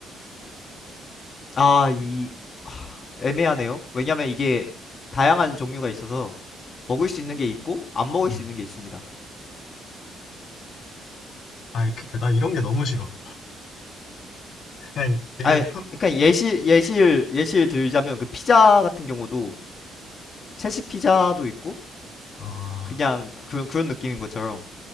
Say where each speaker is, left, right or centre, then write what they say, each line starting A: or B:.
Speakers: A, on the left (about 40°); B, on the left (about 60°).
A: 아, 이 하, 애매하네요. 왜냐면 이게 다양한 종류가 있어서 먹을 수 있는 게 있고 안 먹을
B: 응.
A: 수 있는 게 있습니다.
B: 아 그니까 나 이런 게 너무 싫어 그냥 되게
A: 아, 그러니까 예시 예시를 예시를 들자면 그 피자 같은 경우도 채식 피자도 있고
B: 평어어어
A: 그냥 그런 그런 느낌인 것처럼.